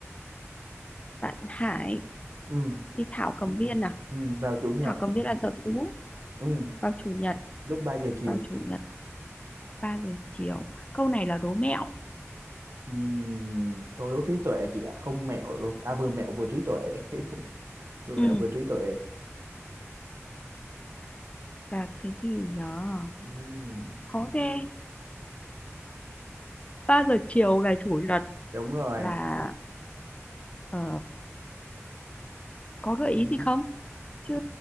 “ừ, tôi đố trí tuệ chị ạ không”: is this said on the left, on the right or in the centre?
Right